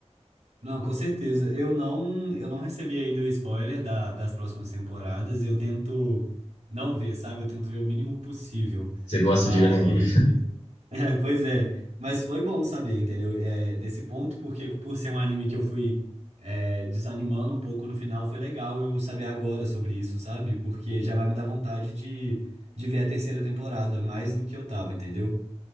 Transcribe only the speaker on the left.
Você gosta
de ver agora.